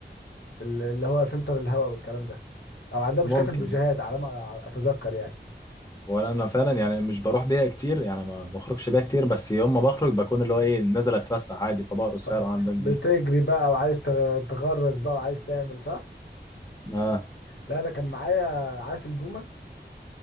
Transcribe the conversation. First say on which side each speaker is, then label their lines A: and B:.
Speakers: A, on the left (about 80°); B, on the left (about 20°).
A: في ال اللي هو فلتر الهواء والكلام ده او عندها
B: ممكن
A: مشكله في البوجيهات على ما اتذكر يعني
B: ولا انا فعلا يعني مش بروح بيها كتير يعني ما بخرجش بيها كتير بس يوم ما بخرج بكون اللي هو ايه نازل اتفسح عادي فبقرص
A: ف-
B: فعلا
A: ف-
B: عن بنزين
A: بتجري بقى وعايز تغ- تغرز بقى وعايز تعمل صح
B: اه
A: لا انا كان معايا عارف البومه